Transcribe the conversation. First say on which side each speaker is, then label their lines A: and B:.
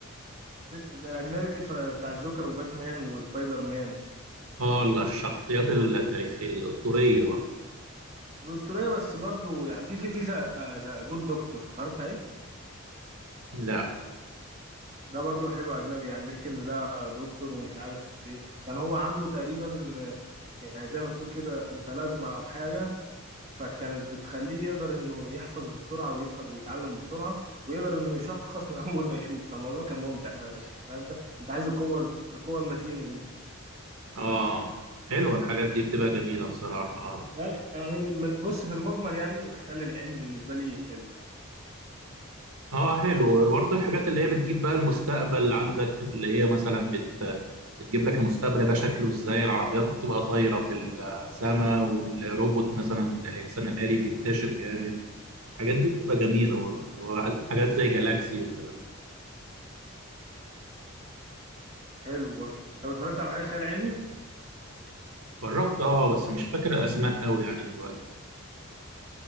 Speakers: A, on the right (about 30°); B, on the right (about 85°).
A: الأجنبي اتفرج- بتاع الجوكر وباتمان وسبايدر مان
B: اه لا، الشخصيات التاريخية الاسطورية بقى
A: الأسطورية بس برضو يعني في في في ذا جود دكتور اتفرجت عليه؟
B: لا
A: ده برضه حلو أجنبي يعني بيحكي إن ده دكتور ومش عارف إيه كان هو عنده تقريبا آه، يعني زي ما تقول كده متلازمة أو حاجة فكانت بتخليه يقدر إنه يحفظ بسرعة ويفهم ويتعلم بسرعة ويقدر إنه يشخص من <laughs> أول ما يشوف فالموضوع كان ممتع فشخ فأنت أنت عايز القوة القوة المتينة دي
B: اه حلوة الحاجات دي بتبقى
A: فاهم؟
B: جميلة بصراحة اه
A: يعني يعني من- من- بص في المجمل يعني الخيال العلمي بالنسبة لي حلو
B: اه حلو برضه الحاجات اللي هي بتجيب بقى المستقبل عندك اللي هي مثلا بت بتجيب لك المستقبل يبقى شكله ازاي العربيات بتبقى طايرة في السماء والروبوت مثلا الانسان الآلي بينتشر جامد الحاجات دي بتبقى جميلة برضه اللي هو حاجات زي جالاكسي والكلام ده.
A: حلو برضه طب اتفرجت على حاجة خيال علمي؟
B: جربت اه بس مش فاكر الأسماء قوي يعني دلوقتي